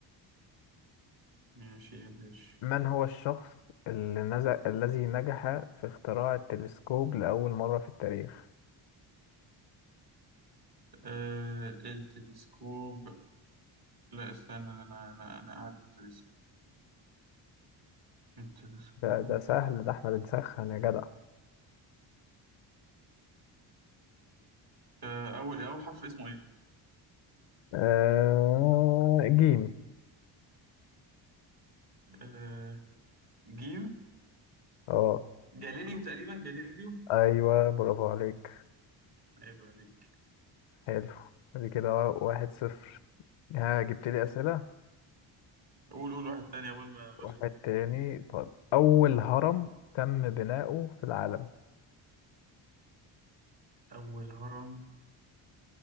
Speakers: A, on the right; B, on the left.
A: ماشي يا باشا
B: من هو الشخص اللي نزل الذي نجح في اختراع التلسكوب لأول مرة في التاريخ
A: آه التلسكوب لا استنى أنا أنا أنا أعرف الاسم التلسكوب
B: ده ده سهل ده احنا بنسخن يا جدع
A: آه أول أول حرف اسمه إيه؟
B: آه... جيم
A: آه جيم
B: اه
A: جاليليو تقريبا جاليليو
B: ايوه برافو عليك
A: عيب عليك
B: حلو دي كده واحد صفر ها جبت لي أسئلة
A: قول قول واحد تاني أول ما بشوفه
B: واحد تاني طيب أول هرم تم بناؤه في العالم
A: أول هرم